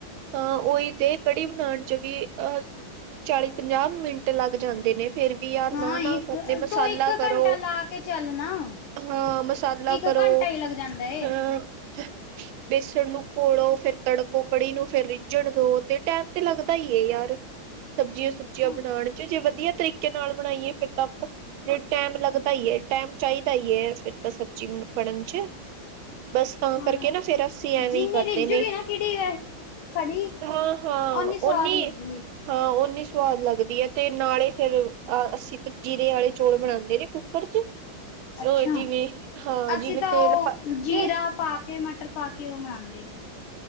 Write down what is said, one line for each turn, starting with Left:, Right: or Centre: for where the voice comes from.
Right: ਤਾਂ ਉਹੀ ਤੇ ਕੜੀ ਬਣਾਉਣ ਚ ਵੀ ਅਹ ਚਾਲੀ ਪੰਜਾਹ ਮਿੰਟ ਲੱਗ ਜਾਂਦੇ ਨੇ ਫੇਰ ਵੀ ਯਾਰ
Left: ਹਾਂ
Right: ਨਾ ਨਾ
Left: ਇੱਕ
Right: ਕਰਨੇ ਮਸਾਲਾ
Left: ਤੂੰ ਇੱਕ
Right: ਕਰੋ
Left: ਘੰਟਾ ਲਾ ਕੇ ਚੱਲ ਨਾ
Right: ਹਾਂ ਮਸਾਲਾ
Left: ਇੱਕ
Right: ਕਰੋ
Left: ਘੰਟਾ ਹੀ ਲੱਗ ਜਾਂਦਾ ਏ।
Right: ਹ ਬੇਸਣ ਨੂੰ ਘੋੜੋ ਫੇਿਰ ਤੜਕੋ ਕੜੀ ਨੂੰ ਫਿਰ ਰਿੱਝਣ ਦੋ ਤੇ ਟੈਮ ਤੇ ਲੱਗਦਾ ਹੀ ਹੈ ਯਾਰ ਸਬਜ਼ੀਆਂ ਸੁਬਜ਼ੀਆਂ
Left: ਹਾਂ
Right: ਬਣਾਉਣ ਚ ਜੇ ਵ ਵਧੀਆ ਤਰੀਕੇ ਨਾਲ ਬਣਾਈਏ ਫਿਰ ਤਾਂ ਆਪ ਟੈਮ ਲੱਗਦਾ ਹੀਏ ਟੈਮ ਚਾਹੀਦਾ <unintelligible> ਫਿਰ ਤਾਂ ਸਬਜ਼ੀ ਬਣਨ ਚ ਬਸ ਤਾਂ ਕਰਕੇ
Left: ਯਾਰ
Right: ਨਾ ਫਿਰ ਅਸੀਂ ਐਵੇਂ
Left: ਜਿੰਨੀ
Right: ਹੀ ਕਰਦੇ
Left: ਰਿੱਝੂਗੀ
Right: ਨੇ
Left: ਨਾ ਕਿਹੜੀ ਕੜੀ
Right: ਹਾਂ, ਹਾਂ
Left: ਸਵਾਦ
Right: ਓਨੀ
Left: ਲੱਗੂਗੀ।
Right: ਹਾਂ ਨੀ ਸਵਾਦ ਲੱਗਦੀ ਹੈ ਤੇ ਨਾਲੇ ਫੇਰ ਅਸੀਂ ਤਾਂ ਜੀਰੇ ਵਾਲੇ ਚੋਲ ਬਣਾਉਂਦੇ ਨੇ ਕੁੱਕਰ ਚ
Left: ਅੱਛਾ
Right: ਅ ਜਿਵੇਂ ਹਾਂ
Left: ਅਸੀਂ
Right: ਜਿਵੇਂ
Left: ਤਾਂ
Right: ਤੇਲ
Left: ਉਹ
Right: ਪਾ
Left: ਜੀਰਾ
Right: ਕੇ
Left: ਪਾ ਕੇ ਪਾ ਕੇ ਉਹ ਮਨਾਂਦੇ